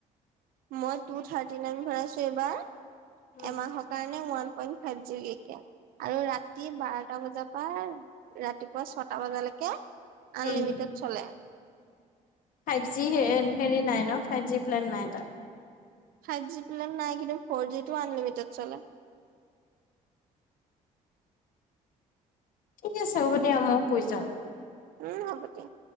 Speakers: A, on the right; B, on the left.
A: মই টু থাৰ্টি নাইন ভৰাইছো এইবাৰ
B: উম।
A: এমাহৰ কাৰণে ওৱান পইণ্ট ফাই জিবিকে আৰু ৰাতি বাৰটা বজাৰ পা ৰাতিপুৱা ছটা বজালৈকে
B: উম,
A: আনলিমিটেড চলে
B: ফাইভ জি হেৰি নাই ন ফাইভ জি প্লেন নাই তাত।
A: ফাইভ জি প্লেন নাই কিন্তু ফ'ৰ জি টো অ অনলিমিটেড চলে।
B: ঠিক আছে হ'ব দিয়া মই শুই যাওঁ।
A: উম হ'ব দিয়া হয়।